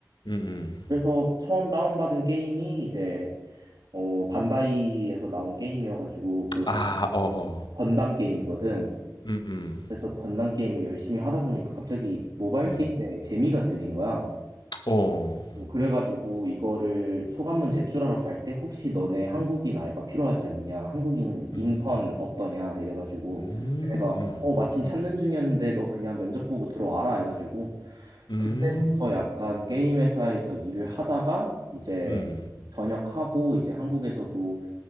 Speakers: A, on the left (about 80°); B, on the right (about 60°).
A: 음, 음.
B: 그래서 처음 다운받은 게임이 이제 어 반다이에서 나온 게임이어가지고 그
A: 아 어어.
B: 음. 건담 게임이거든.
A: 음음.
B: 그래서 건담 게임을 열심히 하다 보니까 갑자기 모바일
A: 음. 음,
B: 게임에
A: 음,
B: 재미가 들린 거야.
A: 어.
B: 어, 그래가지고 이거를 소감문 제출하러 갈 때 혹시 너네 한국인 알바 필요하지 않냐? 한국인 인턴
A: 음.
B: 없더냐? 이래가지고
A: 음.
B: 걔네가
A: 음.
B: 어 마침 찾는
A: 음.
B: 중이었는데 너 그냥 면접 보고 들어와라 해가지고
A: 음.
B: 그때부터 약간 게임 회사에서 일을 하다가 이제
A: 음.
B: 전역하고 이제 한국에서도